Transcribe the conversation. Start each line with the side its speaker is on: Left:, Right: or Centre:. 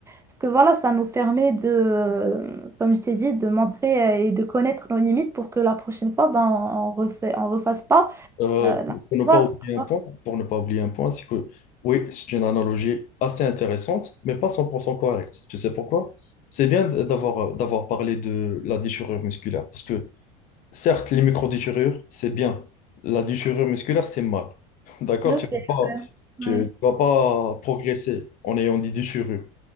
Right: parce que voilà, ça nous permet de, euh, comme je t'ai dit, de montrer euh, et de connaître nos limites pour que la prochaine fois, ben, on refait, on refasse pas
Left: Euh,
Right: euh, la
Left: pour ne pas
Right: erreur,
Left: oublier
Right: tu
Left: un
Right: vois.
Left: point, pour ne pas oublier un point, c'est que oui, c'est une analogie assez intéressante, mais pas 100% correcte. Tu sais pourquoi? C'est bien d- d'avoir euh, d'avoir parlé de la déchirure musculaire, parce que certes, les micro-déchirures, c'est bien. La déchirure musculaire, c'est mal. <laughs> D'accord?
Right: Je
Left: Tu
Right: sais.
Left: ne peux pas, tu,
Right: ouais.
Left: tu vas pas progresser en ayant des déchirures.